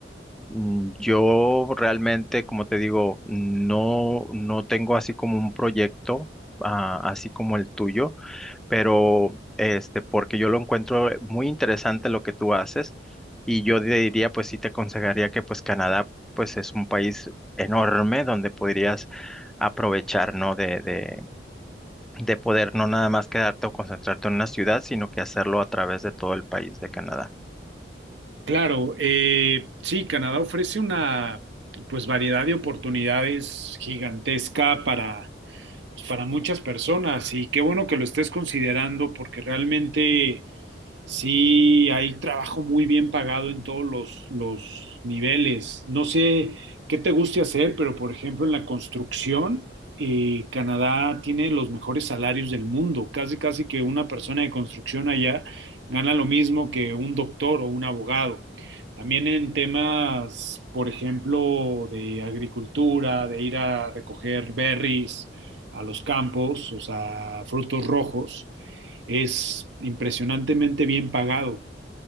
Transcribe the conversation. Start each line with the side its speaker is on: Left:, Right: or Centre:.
Centre: mm, yo realmente, como te digo, no, no tengo así como un proyecto, ah, así como el tuyo pero este, porque yo lo encuentro eh, muy interesante lo que tú haces y yo te diría, pues sí te aconsejaría que pues Canadá pues es un país enorme donde podrías aprovechar, ¿no? De, de, de poder no nada más quedarte o concentrarte en una ciudad, sino que hacerlo a través de todo el país de Canadá.
Right: Claro, eh, sí, Canadá ofrece una pues variedad de oportunidades gigantesca para, pues, para muchas personas y qué bueno que lo estés considerando porque realmente Sí, hay trabajo muy bien pagado en todos los, los niveles. No sé qué te guste hacer, pero por ejemplo en la construcción, eh, Canadá tiene los mejores salarios del mundo. Casi, casi que una persona de construcción allá gana lo mismo que un doctor o un abogado. También en temas, por ejemplo, de agricultura, de ir a recoger berries a los campos, o sea, frutos rojos es impresionantemente bien pagado.